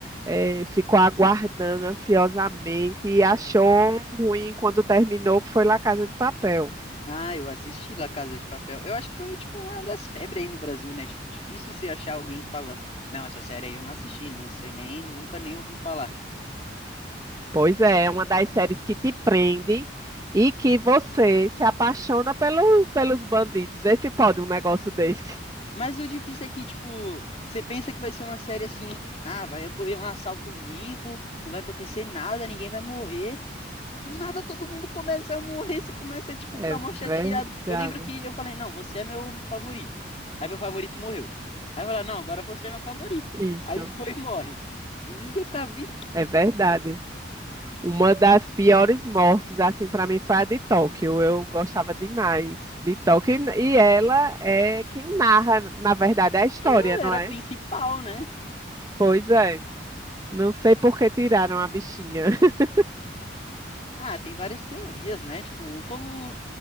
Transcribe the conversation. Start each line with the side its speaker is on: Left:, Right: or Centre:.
Right: eh, ficou aguardando ansiosamente e achou ruim quando terminou, que foi La Casa de Papel.
Left: Ah, eu assisti La Casa de Papel. Eu acho que foi tipo uma das febres aí no Brasil, né? Tipo, difícil você achar alguém que fala, não, essa série aí eu não assisti, não sei nem, nunca nem ouvi falar.
Right: Pois é, é uma das séries que te prende e que você se apaixona pelo, pelos bandidos. Vê se pode um negócio desse. <laughs>
Left: Mas o difícil é que, tipo, você pensa que vai ser uma série assim, ah, vai ocorrer um assalto limpo, não vai acontecer nada, ninguém vai morrer. Do nada todo mundo começa a morrer, se começa a tipo,
Right: É
Left: ficar
Right: verdade.
Left: mal chateado. Eu lembro que eu falei, não, você é meu favorito. Aí meu favorito morreu. Aí eu falei, não, agora você é meu favorito.
Right: Isso,
Left: Aí <laughs> foi e morre. Ninguém ficava vivo,
Right: é verdade. Uma das piores mortes, assim, para mim foi a de Tóquio. Eu gostava demais de Tóquio. E e ela é quem narra, na verdade, a história,
Left: ela ele
Right: não
Left: era
Right: é?
Left: a principal, né?
Right: Pois é. Não sei por que tiraram a bichinha. <laughs>
Left: Ah, tem várias teorias, né? Tipo, o povo